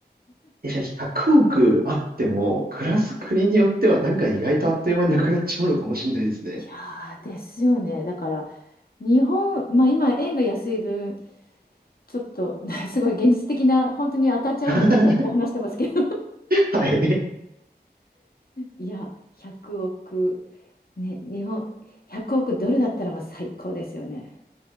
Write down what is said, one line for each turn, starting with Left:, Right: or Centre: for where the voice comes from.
Right: え、じゃあ100億あっても、暮らす国によってはなんか意外とあっという間になくなっちゃうのかもしれないですね。
Left: いやーですよね。だから、日本、まあ今、円が安い分、ちょっと、<laughs> すごい現実的な、本当に当たっちゃうような感覚で話してますけど
Right: <laughs> はい。い
Left: いや、100億、ね、日本、100億ドルだったらもう最高ですよね。